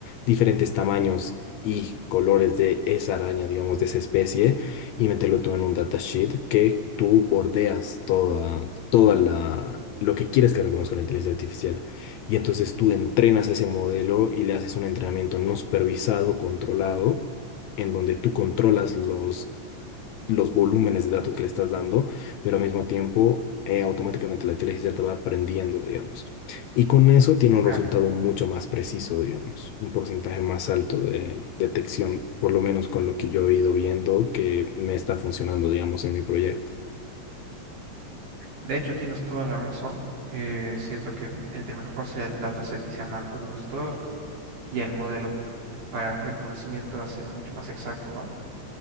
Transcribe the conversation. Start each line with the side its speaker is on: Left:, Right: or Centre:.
Left: diferentes tamaños y colores de esa araña, digamos, de esa especie, y meterlo todo en un datasheet que tú bordeas toda, toda la... lo que quieres que reconozca la inteligencia artificial. Y entonces tú entrenas ese modelo y le haces un entrenamiento no supervisado, controlado, en donde tú controlas los los volúmenes de datos que le estás dando, pero al mismo tiempo eh, automáticamente la inteligencia te va aprendiendo, digamos. Y con eso tiene un
Right: Claro.
Left: resultado mucho más preciso, digamos, un porcentaje más alto de detección, por lo menos con lo que yo he ido viendo que me está funcionando, digamos, en mi proyecto.
Right: De hecho, tienes toda la razón. Eh, siento que entre mejor sea el dataset y sea más robusto y el modelo para el reconocimiento va a ser mucho más exacto, ¿no?